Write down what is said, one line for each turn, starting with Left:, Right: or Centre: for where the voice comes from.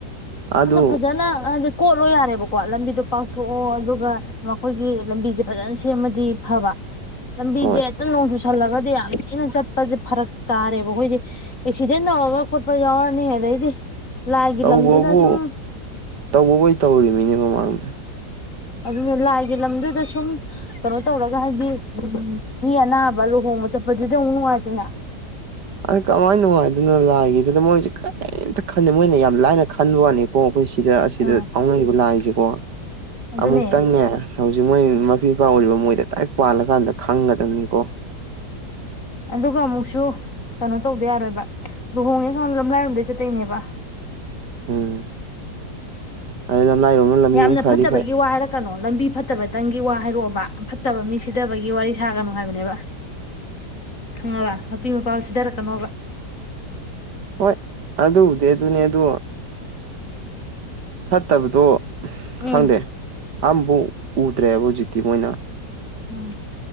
Right: ꯑꯗꯨ
Left: ꯑꯗꯣ ꯐꯖꯅ ꯍꯥꯏꯗꯤ ꯀꯣꯠꯂꯣ ꯌꯥꯔꯦꯕꯀꯣ ꯂꯝꯕꯤꯗꯣ ꯄꯥꯛꯊꯣꯛꯑꯣ ꯑꯗꯨꯒ ꯑꯗꯨꯒ ꯃꯈꯣꯏꯒꯤ ꯂꯝꯕꯤꯁꯦ ꯐꯖꯅ ꯁꯦꯝꯃꯗꯤ ꯐꯕ ꯂꯝꯕꯤꯁꯦ
Right: ꯍꯣꯏ
Left: ꯍꯦꯛꯇ ꯅꯣꯡꯨ ꯆꯨꯁꯜꯂꯒ ꯇꯥꯁꯜꯂꯒꯗꯤ ꯌꯥꯝ ꯊꯤꯅ ꯆꯠꯄꯁꯦ ꯐꯔꯛ ꯇꯥꯔꯦꯕ ꯑꯩꯈꯣꯏꯗꯤ ꯑꯦꯛꯁꯤꯗꯦꯟ ꯇꯧꯔꯒ ꯈꯣꯠꯄ ꯌꯥꯎꯔꯅꯤ ꯑꯗꯩꯗꯤ ꯂꯥꯏꯒꯤ
Right: ꯇꯧꯕꯕꯨ
Left: ꯂꯝꯗꯨꯗ ꯁꯨꯝ
Right: ꯇꯧꯕꯕꯨ ꯇꯧꯔꯤꯃꯤꯅꯦ ꯃꯃꯥꯡꯗ
Left: ꯑꯗꯨꯅ ꯂꯥꯏꯒꯤ ꯂꯝꯗꯨꯗ ꯁꯨꯝ ꯀꯩꯅꯣ ꯇꯧꯔꯒ ꯍꯥꯏꯗꯤ ꯃꯤ ꯑꯅꯥꯕ ꯂꯨꯍꯣꯡꯕ ꯆꯠꯄꯗꯨꯗꯤ ꯑꯃꯨꯛ ꯅꯨꯡꯉꯥꯏꯇꯦꯗꯅ
Right: ꯑꯗ ꯀꯃꯥꯏꯅ ꯅꯨꯡꯉꯥꯏꯗꯅꯣ ꯂꯥꯏꯒꯤꯗꯨꯗꯅ ꯃꯣꯏꯁꯦ ꯀꯩꯝꯇ ꯈꯟꯗꯦ ꯃꯣꯏꯅ ꯌꯥꯝ ꯂꯥꯏꯅ ꯈꯦ ꯐꯜ ꯋꯥꯅꯤꯀꯣ ꯑꯩꯈꯣꯏ ꯁꯤꯗ ꯑꯁꯤꯗ
Left: ꯑꯥ
Right: ꯐꯥꯎꯅꯔꯤꯕ ꯂꯥꯏꯁꯦ ꯀꯣ
Left: ꯑꯗꯨꯅꯦ
Right: ꯑꯃꯨꯛꯇꯪꯅꯦ ꯍꯧꯖꯤꯛ ꯃꯣꯏ ꯃꯄꯤ ꯃꯄꯥ ꯎꯔꯤꯕ ꯃꯣꯏꯗ ꯗꯥꯏꯔꯦꯛ ꯄꯥꯜꯂꯀꯥꯟꯗ ꯈꯪꯒꯗꯕꯅꯤꯀꯣ
Left: ꯑꯗꯨꯒ ꯑꯃꯨꯛ ꯁꯨ ꯀꯩꯅꯣ ꯇꯧꯗ ꯌꯥꯔꯣꯏꯕ ꯂꯨꯍꯣꯡꯉꯦ ꯈꯜꯂꯣ ꯂꯝꯂꯥꯏꯔꯣꯝꯗꯩ ꯆꯠꯇꯣꯏꯅꯦꯕ
Right: ꯎꯝ ꯑ ꯂꯝꯂꯥꯏꯔꯣꯝꯅ ꯂꯝꯕꯤ
Left: ꯌꯥꯝꯅ
Right: ꯑꯃꯨꯛ ꯐꯔꯗꯤ
Left: ꯐꯠꯇꯕꯒꯤ
Right: ꯐꯩ
Left: ꯋꯥ ꯍꯥꯏꯔꯛꯀꯅꯣ ꯂꯝꯕꯤ ꯐꯠꯇꯕꯇꯪꯒꯤ ꯋꯥ ꯍꯥꯏꯔꯛꯑꯣꯕ ꯐꯠꯇꯕ ꯃꯤ ꯁꯤꯊꯕꯒꯤ ꯋꯥꯔꯤ ꯁꯥꯒꯅꯨ ꯍꯥꯏꯕꯅꯦꯕ ꯈꯪꯉꯕ ꯃꯄꯤ ꯃꯄꯥ ꯁꯤꯊꯔꯛꯀꯅꯣꯕ
Right: ꯍꯣꯏ ꯑꯗꯨꯕꯨꯗꯤ ꯑꯗꯨꯅꯦ ꯑꯗꯨ ꯐꯠꯇꯕꯗꯣ
Left: ꯎꯝ
Right: ꯈꯪꯗꯦ ꯑꯝ ꯎ ꯎꯗ꯭ꯔꯦꯕ ꯍꯧꯖꯤꯛꯇꯤ ꯃꯣꯏꯅ
Left: ꯎꯝ